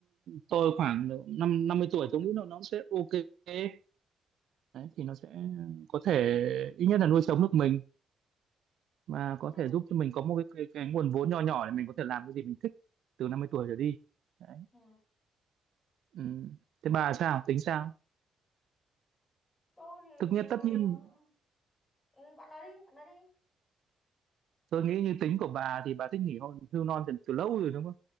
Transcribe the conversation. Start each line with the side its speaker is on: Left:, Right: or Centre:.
Right: tôi khoảng năm năm mươi tuổi tôi nghĩ là nó sẽ ok đấy thì nó sẽ có thể ít nhất là nuôi sống được mình và có
Left: Ừ.
Right: thể giúp cho mình có một cái cái, cái nguồn vốn nho nhỏ để mình có thể làm cái gì mình thích từ 50 tuổi trở đi đấy
Left: Ừ.
Right: ừ. thế bà sao tính sao
Left: tôi thì
Right: thực nhất
Left: ờ,
Right: tất nhiên
Left: ừ, bạn nói đi bạn nói đi
Right: tôi nghĩ như tính của bà thì bà thích nghỉ hôn hưu non từ, từ lâu rồi đúng không